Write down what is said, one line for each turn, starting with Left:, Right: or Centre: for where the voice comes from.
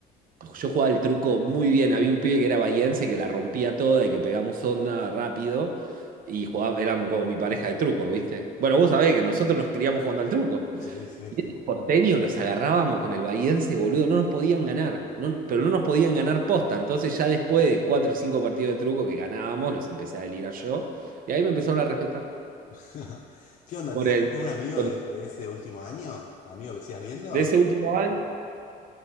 Right: Yo jugaba el truco muy bien. Había un pibe que era bahiense que la rompía toda y que pegamos onda rápido. Y jugaba, éramos como mi pareja de truco, ¿viste? Bueno, vos sabés que nosotros nos criamos jugando al truco.
Left: Sí, sí.
Right: Porteño los agarrábamos con el bahiense, boludo. No nos podían ganar. No, pero no nos podían ganar posta. Entonces, ya después de cuatro o cinco partidos de truco que ganábamos, los empecé a delirar yo. Y ahí me empezaron a respetar.
Left: <laughs> ¿Qué onda?
Right: Por
Left: ¿Te hiciste
Right: el,
Left: algún amigo
Right: por-
Left: de, de ese último año? ¿Amigo que sigas viendo?
Right: de ese
Left: o no?
Right: último año.